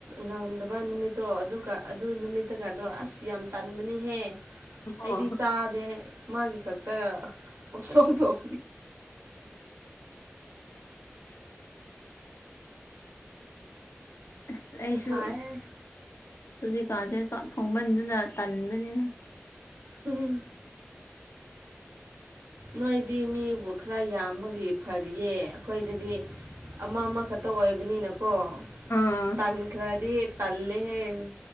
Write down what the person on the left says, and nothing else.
ꯍꯣ
ꯑꯁ ꯑꯩꯁꯨ
ꯍꯧꯖꯤꯛꯀꯥꯁꯦ ꯆꯥꯛ ꯊꯣꯡꯕꯟꯗꯨꯅ ꯇꯟꯕꯅꯤ
ꯑꯥ